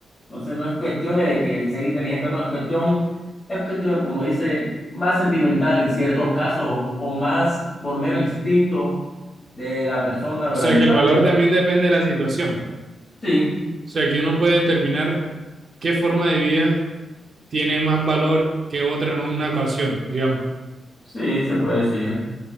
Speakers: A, on the left; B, on the right.
A: Entonces no es cuestión de que ser inteligente o no, es cuestión, es cuestión, como dice, más sentimental en ciertos casos o, o más por mero instinto de la persona o
B: O
A: del
B: sea,
A: animal.
B: que el valor también depende de la situación.
A: Sí,
B: O sea, que uno puede determinar qué forma de vida tiene más valor que otra en una ocasión, digamos.
A: sí, se puede decir.